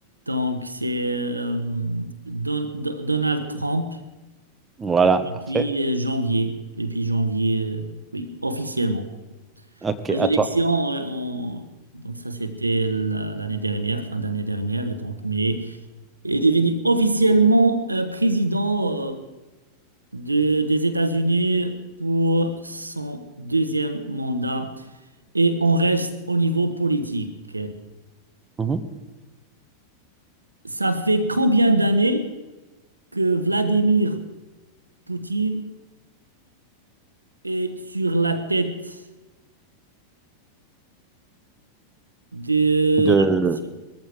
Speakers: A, on the right; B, on the right.
A: Donc c'est euh, Don- Don- Donald Trump
B: Voilà,
A: depuis
B: parfait.
A: euh, janvier, depuis janvier, euh, oui, officiellement.
B: Ok,
A: Les
B: à
A: élections,
B: toi.
A: euh, ont- donc ça c'était la- l'année dernière, fin d'année dernière, et donc mais Il est devenu officiellement euh, président euh, de- des États-Unis pour son deuxième mandat. Et on reste au niveau politique.
B: Mhm.
A: Ça fait combien d'années que Vladimir Poutine est sur la tête de
B: de,
A: la Russie?